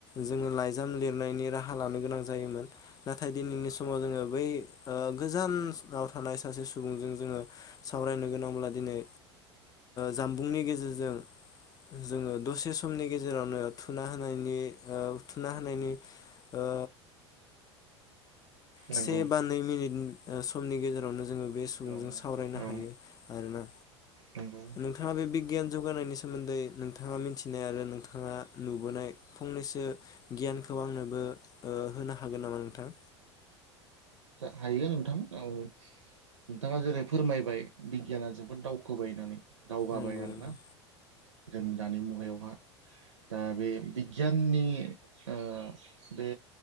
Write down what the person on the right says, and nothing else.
नंगौ
समनि
गेजेरावनो
औ
नंगौ
हायो नोंथां ओ नोंथाङा जेरै फोरमायबाय बिगियाना जोबोद दावखोबाय होननानै दावगाबाय
आरो
ना जों दानि मुगायावहा दा बे बिगियाननि ओ बे